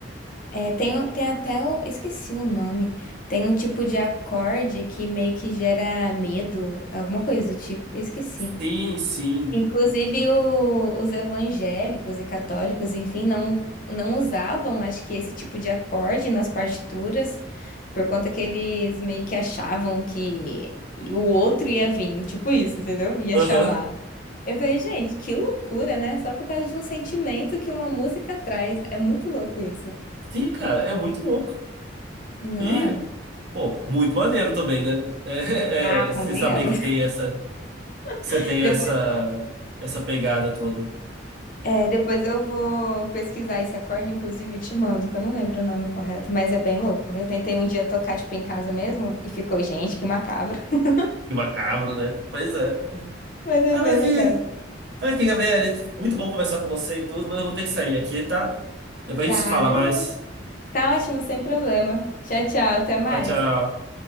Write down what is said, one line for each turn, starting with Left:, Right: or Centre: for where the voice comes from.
Left: É, tem, o- tem até o, esqueci o nome. Tem um tipo de acorde que meio que gera medo, alguma coisa do tipo. Esqueci.
Right: Sim, sim.
Left: Inclusive, o- os evangélicos e católicos, enfim, não, não usavam, acho que, esse tipo de acorde nas partituras, por conta que eles meio que achavam que o outro ia vir, tipo isso, entendeu? Ia
Right: Aham.
Left: chamar. Eu falei, gente, que loucura, né? Só por causa de um sentimento que uma música traz. É muito louco isso.
Right: Sim, cara, é muito louco.
Left: Não.
Right: E, pô, muito maneiro também, né? É,
Left: Ah,
Right: <laughs> é, você
Left: convenhamos.
Right: saber que tem essa, que
Left: <laughs>
Right: você tem essa, essa pegada toda.
Left: É, depois eu vou pesquisar esse acorde, inclusive te mando, que eu não lembro o nome correto, mas é bem louco. Eu tentei um dia tocar, tipo, em casa mesmo e ficou, gente, que macabro. <laughs>
Right: Que macabro, né? Pois é.
Left: Mas é
Right: Ah,
Left: bem
Right: mas
Left: legal.
Right: aqui, aqui, Gabriel, muito bom conversar com você e tudo, mas eu vou ter que sair aqui, tá? Depois
Left: Tá,
Right: a gente se fala
Left: beleza.
Right: mais.
Left: Tá ótimo, sem problema. Tchau, tchau, até mais.
Right: Tchau, tchau.